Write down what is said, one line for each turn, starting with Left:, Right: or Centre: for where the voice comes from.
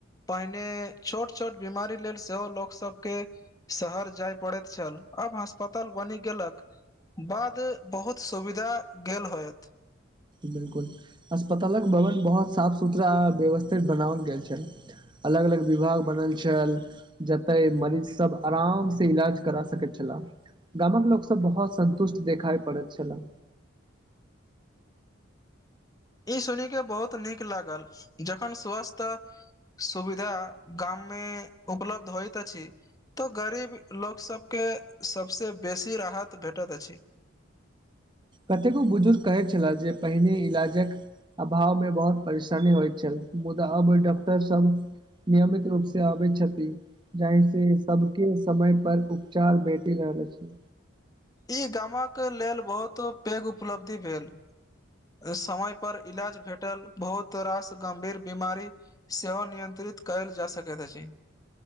Left: पहिने छोट छोट बीमारी लेल सेहो लोकसबके शहर जाय पड़ै छल अब अस्पताल बनी गेलक बाद बहुत सुविधा गेल होयत
Right: बिलकुल अस्पतालक भवन बहुत साफ सुथरा आ व्यवस्थित बनाओल गेल छय अलग अलग विभाग बनल छल जतय मरीज सब आराम से इलाज करा सकैत छह गामक लोक सब बहुत सन्तुष्ट देखाइ पड़ैत छलय
Left: ई सुन के बहुत नीक लागल जखन स्वस्थ सुविधा ग्राम में उपलब्ध होइत छी तऽ गरीब लोक सभके सभसँ बेसी राहत भेटैत अछि
Right: कतेको बुजुर्ग कहैत छलह जे पहिने इलाजक अभाव में बहुत परेशानी होइत छल मुदा अब ओहि डॉक्टर सब नियमित रूप से आबैत छथिषति जहि से सबके समय पर उपचार भेट रहल छय
Left: ई गामक लेल बहुत पैघ उपलब्धि भेल समय पर इलाज भेटल बहुत रास गम्भीर बीमारी सेवा नियंत्रित कैल जा सकै छय